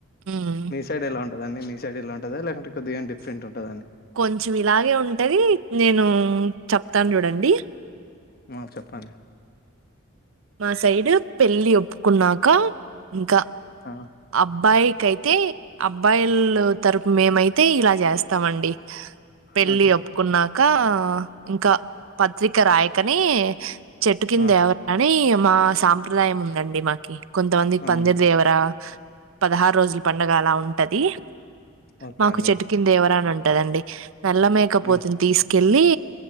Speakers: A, on the right (about 70°); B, on the left (about 45°).
A: మ్మ్
B: మీ సైడ్ ఎలా ఉంటదండి. మీ సైడ్ ఇలా ఉంటాదా లేకుంటే కొద్దిగా డిఫరెంట్ ఉంటదండి
A: కొంచెం ఇలాగే ఉంటది. నేను చెప్ ప్తాను చూడండి.
B: ఆ చెప్పండి.
A: మా సైడ్ పెళ్ళి ఒప్పుకున్నాక ఇంకా
B: ఆ
A: అబ్బాయి కయితే అబ్బాయిల్లు తరపు మేమైతే ఇలా చేస్తామండి. పెళ్ళి
B: ఆ చెప్
A: ఒప్పుకున్నా కా ఇంకా పత్రిక రాయకనే చెట్టు కింద
B: ఆ
A: కీ మా సాంప్రదాయం ఉందండి మాకి కొంతమందికి
B: ఆ
A: పందిర్
B: అండి
A: దేవర పదహారు రోజుల పండగ అలా ఉంటది.
B: ఓకే
A: మాకు
B: అండి
A: చెట్టు కిందేవర అని ఉంటదండి. నల్లమేకపోతుని
B: ఆ
A: తీసుకెళ్ ళ్ళి